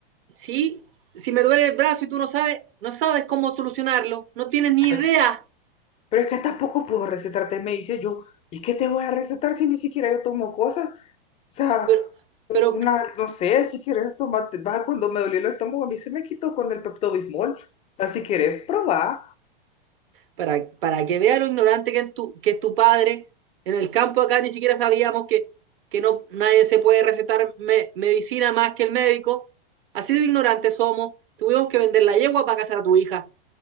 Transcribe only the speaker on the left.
Ah,
Pero, pero es que tampoco puedo recetarte medicina, yo, ¿y qué te voy a recetar si ni siquiera yo tomo cosas? O sea,
una, no sé, si quieres tomate, va, cuando me dolió el estómago, a mí se me quitó con el Pepto-Bismol. Ah, Si quieres probar,